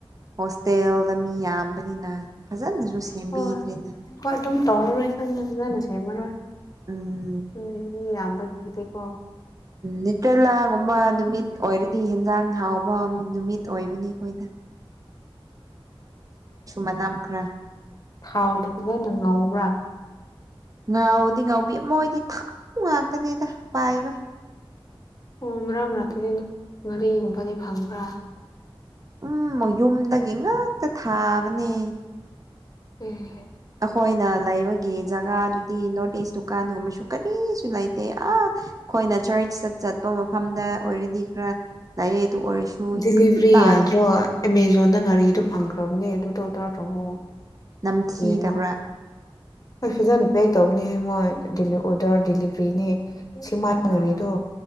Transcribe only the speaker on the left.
ꯍꯣꯏ ꯍꯣꯏ ꯑꯗꯨꯝ ꯇꯧꯔꯔꯣꯏ ꯈꯪꯉꯤ ꯐꯖꯅ ꯁꯦꯝꯃꯔꯣꯏ
ꯃꯤ ꯌꯥꯝꯕꯒꯤ ꯗꯤꯀꯣ
ꯊꯣꯡꯉꯅꯤ
ꯊꯥꯎꯅ ꯐꯖꯅ ꯉꯥꯎꯕ꯭ꯔꯥ
ꯑꯣ ꯃꯔꯥꯝ ꯃꯔꯛꯇꯗꯤ ꯉꯥꯔꯤꯒꯨꯝꯕꯗꯤ ꯐꯪꯕ꯭ꯔꯥ
<unintelligible>
ꯗꯤꯂꯤꯚ꯭ꯔꯤ
ꯌꯥꯗ꯭ꯔꯣ ꯑꯦꯃꯦꯖꯣꯟꯗ ꯉꯥꯔꯤꯗꯨ ꯐꯪꯈ꯭ꯔꯕꯅꯦ ꯑꯗꯨꯗꯣ ꯑꯣꯔꯗꯔ ꯇꯧꯋꯣ
ꯌꯦꯡꯉꯣ ꯐꯖꯅ ꯄꯦꯛ ꯇꯧꯕꯅꯤꯍꯦ ꯃꯣꯏ ꯗꯤꯂꯤ ꯑꯣꯗꯔ ꯗꯤꯂꯤꯚ꯭ꯔꯤꯅꯤ ꯁꯦꯛꯃꯥꯏ
ꯉꯥꯔꯤꯗꯣ